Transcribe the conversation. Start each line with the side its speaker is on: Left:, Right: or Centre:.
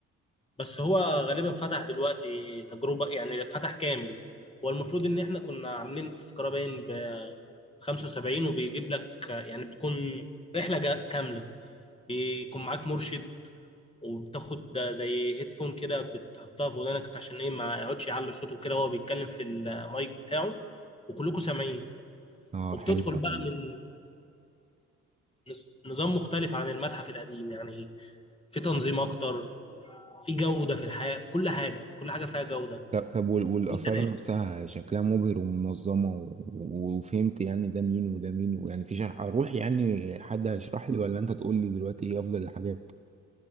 Left: بس هو غالبا فتح دلوقتي تجربة يعني فتح كامل هو المفروض ان احنا كنا عاملين تذكرة باين ب 75 وبيجيب لك يعني بتكون رحلة جا- كاملة بيكون معاك مرشد وبتاخد زي هيدفون كده بتحطها في ودانك عشان ايه ما يقعدش يعلي صوته كده وهو بيتكلم في المايك بتاعه وكلكم سامعين
Right: اه
Left: وبتدخل
Right: حلو
Left: بقى
Right: أوي.
Left: من نز- نظام مختلف عن المتحف القديم يعني في تنظيم اكتر في جودة في الحياة في كل حاجة كل حاجة فيها جودة
Right: طب طب وال- والاثار
Left: وانت داخل
Right: نفسها شكلها مبهر ومنظمة و- و- وفهمت يعني ده مين وده مين ويعني في شرح اروح يعني حد هيشرح لي ولا انت تقول لي دلوقتي ايه افضل الحاجات